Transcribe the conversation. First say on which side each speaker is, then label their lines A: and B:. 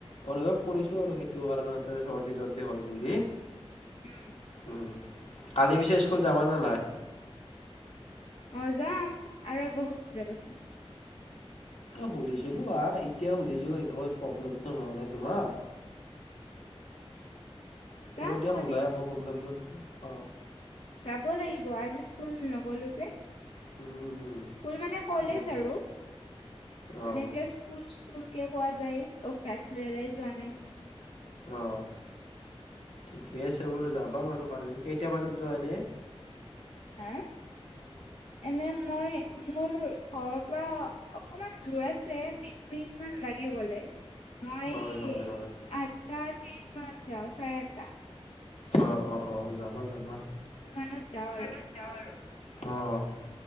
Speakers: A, on the left; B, on the left.
A: অনুভৱ কৰিছো আৰু সেইটো কাৰণতে চৰ্দি জৰ্দি হয় বুলি।
B: উম।
A: উম' কালি পিছে স্কুল যাবা নে নাই?
B: অঁ যাম আৰু একবাৰ শুধছি বাৰু।
A: অ' শুধিছিলোঁ আৰ, এতিয়াও শুধিছো একো প্ৰব্লেম হোৱা নাই তোমাৰ? তহঁতি
B: যাম কালি
A: শুধা একো
B: স্কুল।
A: প্ৰব্লেমটোত অ'।
B: যাব লাগিব আজি স্কুল নগ'লোঁ যে।
A: উম,
B: স্কুল মানে কলেজ
A: এক-
B: আৰু,
A: অ',
B: মানে এতিয়া স্কুল স্কুল কে পোৱা যায় অভ্যাসতো এৰাই যোৱা নাই।
A: অঁ ঠিকে আছে বাৰু যাবা বাৰু, কেইটা বজাত যোৱা এনে?
B: হা?
A: <inaudible>
B: এনে মই মোৰ ঘৰৰ পৰা অকণমান দূৰ আছে, বিছ মিনিটমান লাগে গ'লে। মই
A: হয়, হয়, হয়।
B: আঠটা ত্ৰিশ মানত যাওঁ চাৰে আঠটা।
A: অ' অ' অ' যাবা যাবা।
B: ইমানত যাওঁ
A: মানত
B: আৰু।
A: যাওঁ আৰু অ'।